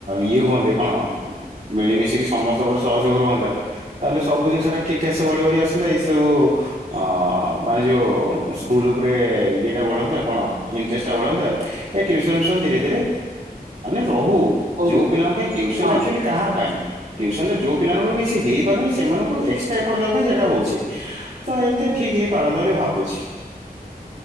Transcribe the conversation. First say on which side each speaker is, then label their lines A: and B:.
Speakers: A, on the right; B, on the right.
A: ଇଏ ହୁଅନ୍ତେ କଣ? ମିଳିମିଶିକି ସମସ୍ତଙ୍କର ସହଯୋଗ ରୁହନ୍ତା ତାହେଲେ ସବୁଯିନିଷଟା ଠିକ୍ ଠାକ୍ ସେ ବଢି ବଢି ଆସନ୍ତା। ଏଇସବୁ ଅ ମାନେ ଯୋଉ ସ୍କୁଲ୍ ଉପରେ ଇଏଟା ବଢନ୍ତା କଣ ଇଣ୍ଟରେଷ୍ଟଟା ବଢନ୍ତା। ଏ ଟ୍ୟୁସନ ଫିଉସନ ଧୀରେ ଧୀରେ ମାନେ ରହୁ।
B: କମି
A: ଯୋଉ
B: ଯାଉନି
A: ପିଲାଙ୍କ ପାଇଁ ଟ୍ୟୁସନ
B: ହଁ।
A: ଟା ଆକ୍ଚୁଆଲି କାହା ପାଇଁ ଟ୍ୟୁସନ ଟା ଯୋଉ ପିଲାମାନଙ୍କର କିଛି ହେଇ ହେଇପାରୁନି ସେମାନଙ୍କୁ ଏକ୍ସଟ୍ରା ଏପୋର୍ଟ ଦେବା ପାଇଁ ସେଇଟା ହଉଛି ତ ଏମିତି ଠିକ୍ ହେଇପାରନ୍ତା ବୋଲି ଭାବୁଛି।